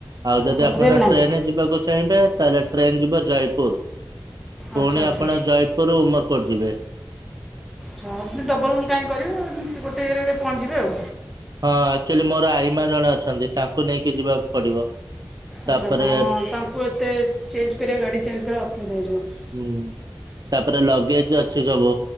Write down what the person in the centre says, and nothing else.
ଆଚ୍ଛା
ଟ୍ରେନ୍ ନାହିଁ
ଆଚ୍ଛା ଆଚ୍ଛା
ହଁ ପୁଣି ଡବଲ୍ କାହିଁ କରିବେ ଗୋଟେ ଇଏରେ ପହଞ୍ଚିବେ ଆଉ।
ଆଚ୍ଛା ଆଛା ହଁ ତାଙ୍କୁ ଏତେ ଚେଞ୍ଜ କରିବା ଗାଡ଼ି ଚେଞ୍ଜ କରିବା ଅସୁବିଧା ହେଇଯିବ।